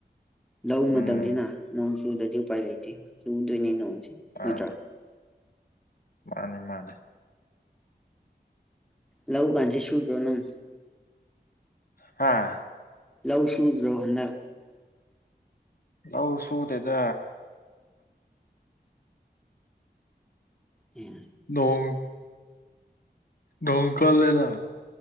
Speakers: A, in the centre; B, on the left.
A: ꯂ
B: ꯎꯝ
A: ꯃꯇꯝꯅꯤꯅ ꯅꯣꯡ ꯆꯨꯗ꯭ꯔꯗꯤ ꯎꯄꯥꯏ ꯂꯩꯇꯦ ꯆꯨꯗꯣꯏꯅꯦ ꯅꯣꯡꯁꯤ
B: ꯃꯥꯅꯤ
A: ꯅꯠꯇ꯭ꯔꯥ
B: ꯃꯥꯅꯤ ꯃꯥꯅꯦ
A: ꯂꯧ ꯀꯥꯟꯁꯤꯦ ꯁꯨꯈ꯭ꯔꯣ ꯅꯪ
B: ꯍꯥꯥ
A: ꯂꯧ ꯁꯨꯁ ꯔꯣꯍꯟꯗ
B: ꯂꯥꯎ ꯁꯨꯗꯗ
A: ꯑꯦ
B: ꯅꯣꯡꯣꯡ ꯣꯡ ꯀ ꯂꯩꯂ